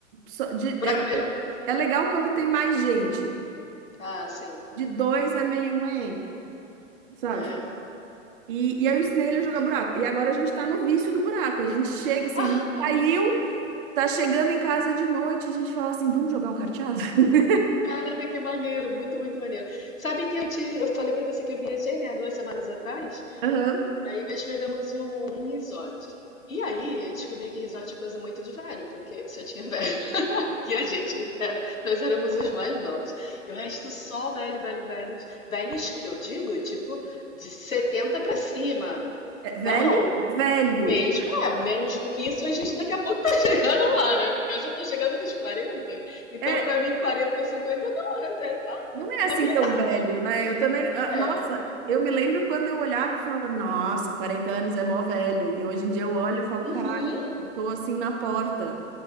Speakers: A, on the right (about 40°); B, on the left (about 80°).
A: só de-
B: Buraco
A: é,
B: é melhor.
A: é legal quando tem mais gente.
B: Ah, sim.
A: De dois é meio, hein? sabe?
B: É.
A: E, e eu ensinei ele a jogar buraco. E agora a gente tá no vício do buraco. A gente chega assim,
B: Ah,
A: a gente saiu, tá chegando em casa de noite, a gente fala assim, vamos jogar um carteado? <laughs>
B: Caraca, que maneiro, muito, muito maneiro. Sabe que eu te, eu falei pra você que eu viajei, né, há duas semanas atrás,
A: Aham.
B: e aí nós pegamos um, um resort. E aí eu descobri que resort é coisa muito de velho, porque só tinha velho. <laughs> E a gente era, nós éramos os mais novos. E o resto só velho, velho, velhos. Velhos que eu digo, tipo, de 70 pra cima.
A: É, velho?
B: Não,
A: Velho.
B: mesmo, é, menos do que isso, a gente daqui a pouco tá <laughs> chegando lá, né? Porque eu já tô chegando nos quarenta Então,
A: É,
B: pra mim, 40, 50 não, é, tá tá
A: não é
B: na
A: assim
B: minha
A: tão
B: idade.
A: velho, né? Eu também, ah, nossa,
B: É.
A: eu me lembro quando eu olhava e falava, nossa, 40 anos é mó velho. E hoje em dia eu olho e falo,
B: Uhum.
A: caralho, tô assim na porta.